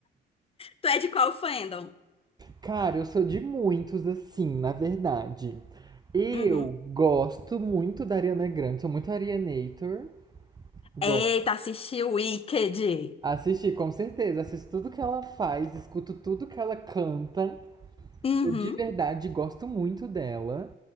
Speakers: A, on the left; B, on the right.
A: Tu é de qual fandom?
B: Cara, eu sou de muitos assim, na verdade. Eu
A: Uhum.
B: gosto muito da Ariana Grande, sou muito Arianator. Gosto.
A: Eita, assisti o Wicked.
B: Assisti, com certeza. Assisto tudo que ela faz, escuto tudo que ela canta.
A: Uhum,
B: Eu de verdade gosto muito dela.